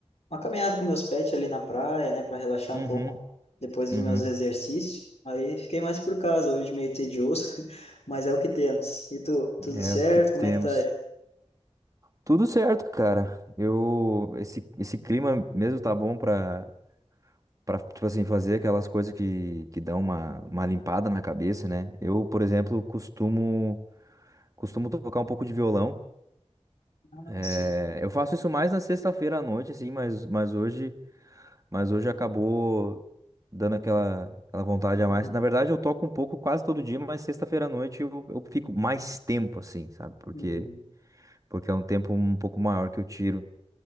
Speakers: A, on the left (about 65°); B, on the right (about 30°).
A: uma caminhada com meus pets ali na praia, né, para relaxar
B: Uhum,
A: um pouco depois dos
B: uhum.
A: meus exercícios. Aí fiquei mais por casa, hoje meio tedioso, <laughs> mas é o que temos. E tu, tudo
B: É
A: certo?
B: o que temos.
A: Como é que tá aí?
B: Tudo certo, cara. Eu esse, esse clima mesmo tá bom pra, para tipo assim fazer aquelas coisas que, que dão uma, uma limpada na cabeça, né? Eu, por exemplo, costumo costumo tocar um pouco de violão.
A: Ah,
B: É,
A: Sim.
B: eu faço isso mais na sexta-feira à noite assim, mas mas hoje Mas hoje acabou dando aquela, aquela vontade a
A: Uhum.
B: mais. Na verdade, eu toco um pouco quase todo dia, mas sexta-feira à noite eu, eu fico mais tempo assim, sabe? Porque,
A: Uhum.
B: porque é um tempo um pouco maior que eu tiro,